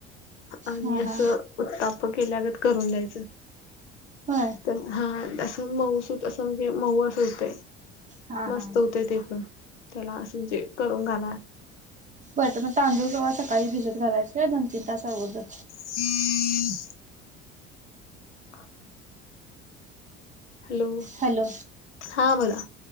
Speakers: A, on the left (about 75°); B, on the right (about 20°).
A: आणि
B: हा
A: असं
B: हा
A: उत्ताप केल्यागत करून जायचं
B: हो
A: तर हा असं मऊसूत असं म्हणजे मऊ अस होत आहे
B: हा
A: मस्त
B: हा
A: होतय ते पण त्याला असं म्ह जे करून घाला
B: बरं मग तांदूळ केव्हा सकाळी भिजत घालायच दोन तीन तास अगोदर
A: हम्म हा हॅलो
B: हॅलो
A: हा बोला